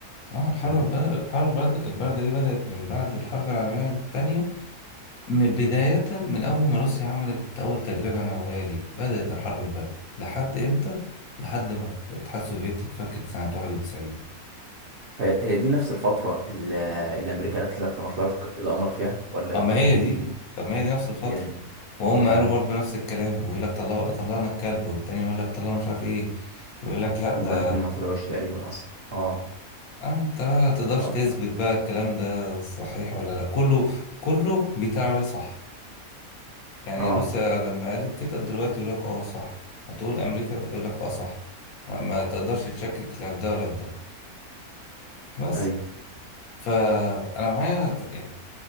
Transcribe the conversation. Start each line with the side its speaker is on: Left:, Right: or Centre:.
Left: اه الحرب
Right: مم.
Left: الباردة الحرب الباردة الباردة دي بدأت من بعد الحرب العالمية التانية م- بداية من أول ما روسيا عملت أول تجربة نووية ليه بدأت الحرب الباردة لحد إمتى؟ لحد ما الاتحاد السوفيتي اتفكك سنة 91
Right: هي هي دي نفس الفترة اللي اللي امريكا قالت لك انا طلعت القمر فيها ولا
Left: أما
Right: ولا
Left: هي
Right: دي
Left: دي طب ما هي دي نفس الفترة
Right: هي دي
Left: وهم
Right: امم
Left: قالوا برضو نفس الكلام ويقول لك طلعوا طلعنا الكلب والتاني يقول لك طلعوا مش عارف إيه ويقول لك لأ
Right: هما
Left: ده
Right: الاتنين ما طلعوش تقريبا اصلا اه
Left: أنت متقدرش
Right: طب
Left: تثبت بقى الكلام ده صحيح ولا لأ كله كله بيتعري صح يعني
Right: اه
Left: روسيا لما قالت كده دلوقتي يقول لك اه صح هتقول امريكا يقول لك اه صح ما تقدرش تشكك لا في ده ولا في ده بس
Right: ايوه
Left: فانا معايا ت- يعني